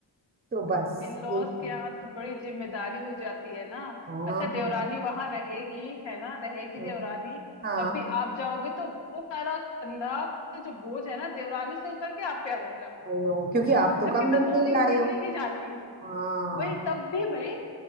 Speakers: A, on the right; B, on the left.
A: तो बस
B: इन लॉज
A: यही
B: के यहाँ तो बड़ी जिम्मेदारी हो जाती है ना
A: हाँ
B: अच्छा देवरानी वहां रहेगी है ना रहेगी
A: हम्म,
B: देवरानी
A: हाँ
B: तब भी आप जाओगे तो वो सारा कंधा जो बोझ है ना देवरानी से उतर के आप पे आ जाएगा
A: आई नो क्योंकि आप तो
B: जबकि
A: कम
B: मैं
A: दिन
B: दो
A: के लिए
B: दिन
A: आए
B: के
A: हो
B: लिए ही जाती हूँ
A: हाँ
B: वही तब भी भाई